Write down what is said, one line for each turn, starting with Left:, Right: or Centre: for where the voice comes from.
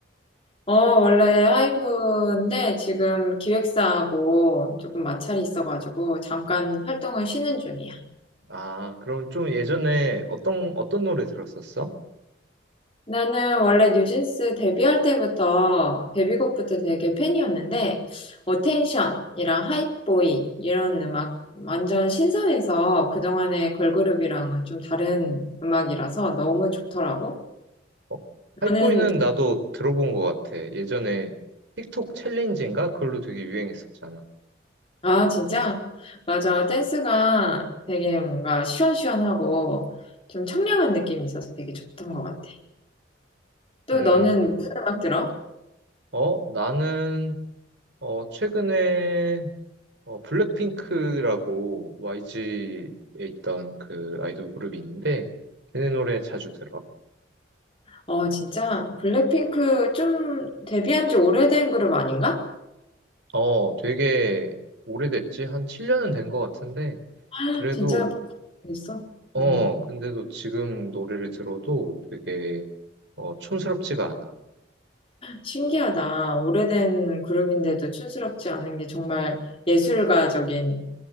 Left: 어, 원래 하이브인데 지금 기획사하고 조금 마찰이 있어가지고 잠깐 활동을 쉬는 중이야.
Right: 아, 그럼 좀 예전에 어떤 어떤 노래 들었었어?
Left: 나는 원래 뉴진스 데뷔할 때부터, 데뷔곡부터 되게 팬이었는데, 어텐션이랑 하이보이 이런 음악 완전 신선해서 그동안의 걸그룹이랑은 좀 다른 음악이라서 너무 좋더라고.
Right: 어, 하이보이는
Left: 저는,
Right: 나도 들어본 것 같아. 예전에 틱톡 챌린지인가? 그걸로 되게 유행했었잖아.
Left: 아, 진짜? 맞아. 댄스가 되게 뭔가 시원시원하고 좀 청량한 느낌이 있어서 되게 좋던 것 같아. 또
Right: 음,
Left: 너는 무슨 음악 들어?
Right: 어, 나는 어, 최근에 어, 블랙핑크라고 YG에 있던 그 아이돌 그룹이 있는데 걔네 노래 자주 들어.
Left: 어, 진짜? 블랙핑크 좀 데뷔한 지 오래된 그룹 아닌가?
Right: 어, 되게 오래됐지? 한 7년은 된 것 같은데,
Left: <gasps>
Right: 그래도,
Left: 진짜 됐어?
Right: 어,
Left: 음,
Right: 근데도 지금 노래를 들어도 되게, 어, 촌스럽지가 않아.
Left: 신기하다. 오래된 그룹인데도 촌스럽지 않은 게 정말 예술가적인